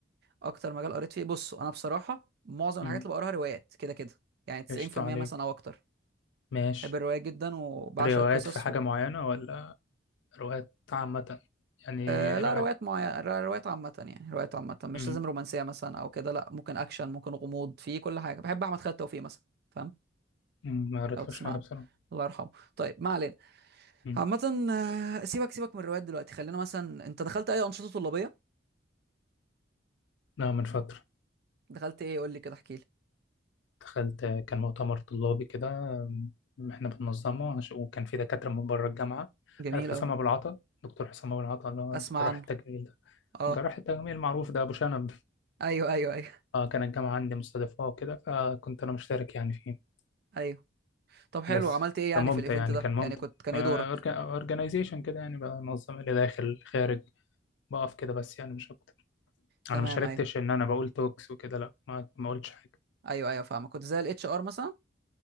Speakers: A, on the right; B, on the left.
A: اكتر مجال قريت فيه بص انا بصراحه معظم الحاجات
B: مم.
A: اللي بقراها روايات كده كده يعني 90%
B: قشطة عليك
A: مثلا او اكتر
B: ماشي
A: بحب الرواية جدا وبعشق
B: روايات
A: القصص
B: في حاجة
A: و...
B: معينة ولا روايات عامة يعني
A: آه لا
B: روايات
A: روايات معينة روايات عامة يعني روايات عامة مش
B: مم.
A: لازم رومانسية مثلا أو كده لا ممكن أكشن ممكن غموض في كل حاجة بحب أحمد خالد توفيق مثلا فاهم
B: مم، ما قريتلوش
A: لو تسمع
B: حاجة
A: عنه
B: بصراحة
A: الله يرحمه طيب ما علينا
B: مم.
A: عامة آه، سيبك سيبك من الروايات دلوقتي خلينا مثلا أنت دخلت أي أنشطة طلابية
B: لا من فترة
A: دخلت إيه قول لي كده احكي لي
B: دخلت كان مؤتمر طلابي كده مم، احنا بننظمه عش- وكان في دكاترة من بره الجامعة
A: جميل
B: عارف حسام
A: أوي
B: أبو العطا دكتور حسام أبو العطا اللي هو
A: أسمع
B: جراح
A: عنه
B: التجميل ده
A: أه
B: جراح التجميل المعروف ده أبو شنب
A: أيوه أيوه أيوه
B: اه كان الجامعة عندي مستضيفاه وكده فكنت أنا مشترك يعني فيه
A: أيوه طب حلو
B: بس
A: عملت إيه يعني
B: فممتع
A: في الإيفنت
B: يعني
A: ده
B: كان ممتع
A: يعني كنت كان إيه دورك
B: اورجنايزيشن كده يعني بنظم اللي داخل خارج بقف كده بس يعني مش أكتر
A: تمام
B: أنا ما شاركتش
A: أيوه
B: إن أنا بقول توكس وكده لا ما ما قلتش حاجة
A: أيوه أيوه فاهمك كنت زي الاتش ار مثلا